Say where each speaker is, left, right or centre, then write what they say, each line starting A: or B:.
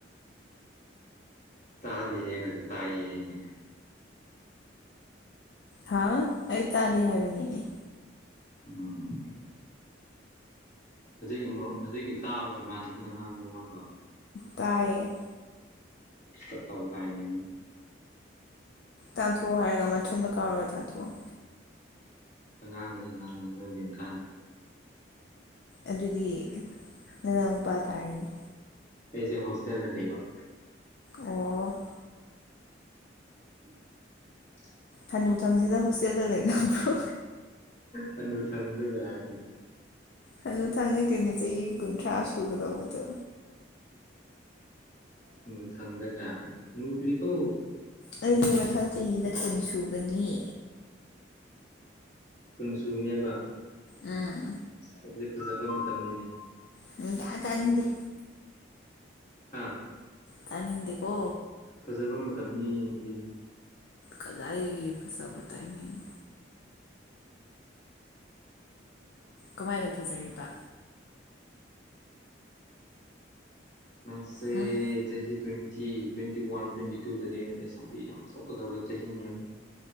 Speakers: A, on the left (about 40°); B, on the left (about 60°).
A: ꯇꯥꯗꯤꯔꯔꯦ ꯇꯥꯏꯌꯦꯅꯦ
B: ꯍꯥ ꯑꯩ ꯇꯥꯗꯦ ꯍꯥꯏꯕꯅꯤꯅꯦ
A: ꯎꯝ ꯍꯧꯖꯤꯛꯀꯤ ꯍꯧꯖꯤꯛꯀꯤ ꯇꯥꯕꯔꯣ ꯏꯃꯥꯟꯅꯕꯅ ꯉꯥꯡꯕ ꯋꯥꯗꯣ
B: ꯇꯥꯏꯌꯦ
A: ꯐꯂꯥꯠ ꯇꯧꯕ ꯂꯥꯛꯏꯅꯦ
B: ꯇꯥꯟꯊꯣꯛꯑꯣ ꯍꯥꯏꯔꯒ ꯃꯊꯨꯟꯗ ꯀꯥꯎꯔꯒ ꯇꯥꯟꯊꯣꯛꯑꯣ
A: ꯑꯉꯥꯡꯅꯤ ꯑꯉꯥꯡꯅꯤ ꯅꯣꯏ ꯂꯦꯡꯒꯥꯅꯤ
B: ꯑꯗꯨꯗꯤ ꯅꯥꯅꯥꯎ ꯅꯨꯄꯥ ꯇꯥꯔꯦꯅꯦ
A: ꯑꯩꯁꯦ ꯍꯣꯁꯇꯦꯜꯗ ꯂꯩꯕ
B: ꯑꯣ
A: <unintelligible>
B: ꯍꯅꯨ ꯊꯪꯁꯤꯗ ꯍꯣꯁꯇꯦꯜꯗ ꯂꯩꯅꯕ꯭ꯔꯣ
A: ꯍꯅꯨ ꯊꯪꯗ ꯒꯥꯢꯅ
B: ꯍꯅꯨ ꯊꯪꯅꯦ ꯀꯩꯅꯣ ꯆꯍꯤ ꯀꯨꯟꯊ꯭ꯔꯥ ꯁꯨꯒꯗꯧꯕꯗꯣ
A: ꯍꯅꯨꯊꯪꯗ ꯒꯥꯢꯅ ꯍꯅꯨꯗꯔꯤ ꯀꯣ
B: ꯑꯩꯁ ꯃꯊꯪ ꯆꯍꯤꯗ ꯀꯨꯟ ꯁꯨꯒꯅꯤ
A: ꯀꯨꯟ ꯁꯨꯅꯦꯕ
B: ꯎꯝ
A: ꯑꯗꯨꯗꯤ ꯐꯖꯕ ꯃꯇꯝꯅꯤꯅꯦ
B: ꯁꯨꯡꯇꯥ ꯇꯥꯅꯤꯡꯗꯦ
A: ꯍꯥ
B: ꯇꯥꯅꯤꯡꯗꯦꯀꯣ
A: ꯐꯖꯕ ꯃꯇꯝꯅꯤ ꯍꯥꯏꯕꯗꯤ
B: ꯀꯗꯥꯏꯗ ꯌꯦ ꯐꯁꯕ ꯇꯥꯏ ꯃꯤꯡ ꯀꯃꯥꯏꯅ ꯐꯖꯔꯤꯕ
A: ꯅꯪꯁꯦ
B: ꯎꯝ
A: ꯆꯍꯤ ꯇ꯭ꯋꯦꯟꯇꯤ ꯇ꯭ꯋꯦꯟꯇꯤ ꯋꯥꯟ ꯇ꯭ꯋꯦꯟꯇꯤ ꯇꯨꯗꯗꯤ ꯂꯩꯁꯥꯕꯤ ꯌꯥꯝ ꯊꯣꯛꯀꯗꯕ ꯆꯍꯤꯅꯦꯕ